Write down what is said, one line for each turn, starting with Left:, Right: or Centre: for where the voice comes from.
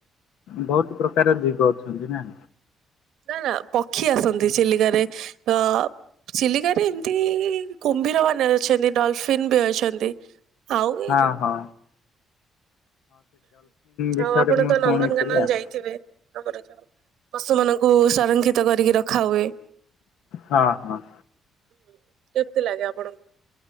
Left: ବହୁତ ପ୍ରକାର ଜୀବ ଅଛନ୍ତି ନା।
Right: ନା ନା ପକ୍ଷୀ ଆସନ୍ତି ଚିଲିକାରେ ତ ଚିଲିକାରେ ଏମିତି କୁମ୍ଭୀର ମାନେ ଅଛନ୍ତି ଡଲଫିନ୍ ବି ଅଛନ୍ତି। ଆଉ କେହି
Left: ଆ
Right: ନା
Left: ହଉ। ବିଷୟରେ
Right: ଆଉ ଆପଣ
Left: ମୁଁ
Right: ତ
Left: ଶୁଣିଥିଲି
Right: ନନ୍ଦନକାନନ
Left: ଆଉ
Right: ଯାଇଥିବେ। ଆମର ଯୋଉ ପଶୁ ମାନଙ୍କୁ ସଂରକ୍ଷିତ କରିକି ରଖା ହୁଏ।
Left: ହଁ ହଁ।
Right: ହଁ କେମତି ଲାଗେ ଆପଣଙ୍କୁ।